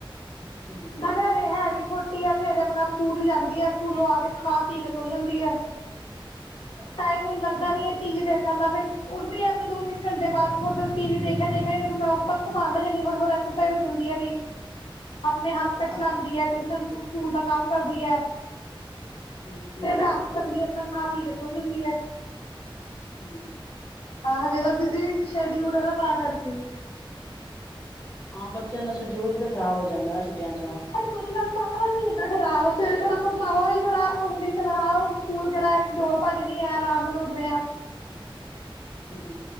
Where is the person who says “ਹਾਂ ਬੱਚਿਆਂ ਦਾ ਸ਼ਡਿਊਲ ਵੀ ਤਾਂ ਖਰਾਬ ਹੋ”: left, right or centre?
Left